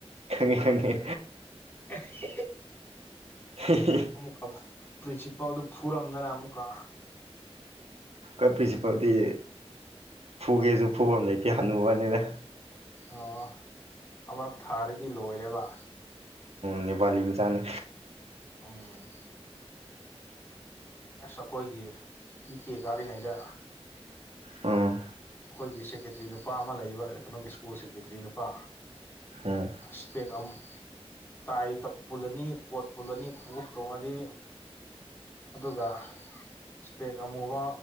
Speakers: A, on the right (about 75°); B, on the left (about 20°).
A: ꯈꯪꯉꯦ ꯈꯪꯉꯦ
B: <unintelligible>
A: ꯍꯤ ꯍꯤ
B: ꯑꯃꯨꯛꯀ ꯄ꯭ꯔꯤꯟꯁꯤꯄꯥꯜꯗꯨ ꯐꯨꯔꯝꯗꯅ ꯑꯃꯨꯛꯀ
A: ꯑꯈꯣꯏ ꯄꯔꯤꯟꯁꯤꯄꯥꯜꯗꯤ ꯐꯨꯒꯦꯁꯨ ꯐꯨꯕꯝ ꯂꯩꯇꯦ ꯍꯅꯨꯕ ꯅꯤꯅ
B: ꯑꯣ ꯑꯃꯔꯛ ꯊꯥꯔꯗꯤ ꯂꯣꯏꯔꯦꯕ
A: ꯅꯦꯄꯥꯂꯤ ꯃꯆꯥꯅꯤ
B: ꯎꯝ ꯑꯁ ꯑꯩꯈꯣꯏꯒꯤ ꯏ ꯀꯦ ꯀꯥꯔꯤꯉꯩꯗ
A: ꯎꯝ
B: ꯑꯩꯈꯣꯏꯒꯤ ꯁꯦꯀꯦꯇ꯭ꯔꯤ ꯅꯨꯄꯥ ꯑꯃ ꯂꯩꯌꯦꯕ ꯀꯩꯅꯣꯒꯤ ꯁ꯭ꯀꯨꯜ ꯁꯦꯀꯦꯇ꯭ꯔꯤ ꯅꯨꯄꯥ
A: ꯎꯝ
B: ꯏꯁꯄꯦꯛ ꯑꯃ ꯇꯥꯏ ꯄꯨꯜꯂꯅꯤ ꯀꯣꯠ ꯄꯨꯜꯂꯅꯤ ꯈꯣꯡꯎꯞ ꯇꯣꯡꯉꯗꯤ ꯑꯗꯨꯒ ꯏꯁꯄꯦꯛ ꯑꯃꯨꯕ